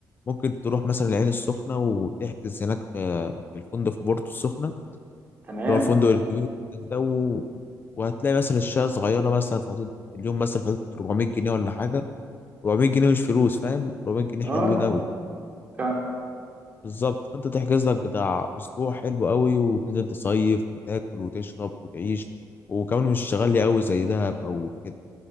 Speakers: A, on the left; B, on the right.
A: ممكن تروح مثلا العين السخنه وتحجز هناك في في الفندق في بورتو السخنه
B: تمام
A: اللي هو الفندق الكبير هناك ده و... وهتلاقي مثلا الشقه صغيره مثلا في حدود اليوم مثلا في حدود 400 جنيه ولا حاجه 400 جنيه مش فلوس فاهم 400 جنيه
B: أه
A: حلوين
B: لا حاجة
A: قوي
B: فعلا
A: بالظبط فانت تحجز لك بتاع اسبوع حلو قوي وتنزل تصيف وتاكل وتشرب وتعيش وكمان مش غالي قوي زي دهب او كده